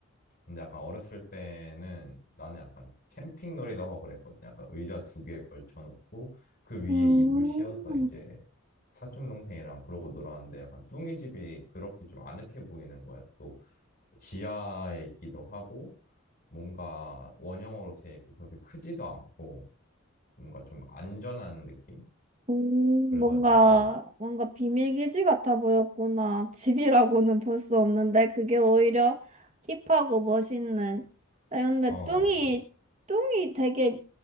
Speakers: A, on the left (about 45°); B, on the right (about 30°).
A: 근데 약간 어렸을 때는 나는 약간 캠핑 놀이도 하고 그랬거든. 약간 의자 두 개 걸쳐놓고, 그 위에
B: 음.
A: 이불 씌워서 이제 사촌동생이랑 그러고 놀았는데, 약간 뚱이 집이 그렇게 좀 아늑해 보이는 거야. 또, 지하에 있기도 하고, 뭔가 원형으로 돼 있고, 그렇게 크지도 않고, 뭔가 좀 안전한 느낌?
B: 음,
A: 그래가지고,
B: 뭔가, 뭔가 비밀기지 같아 보였구나. 집이라고는 볼 수 없는데, 그게 오히려 힙하고 멋있는. 아, 근데
A: 어,
B: 뚱이, 뚱이 되게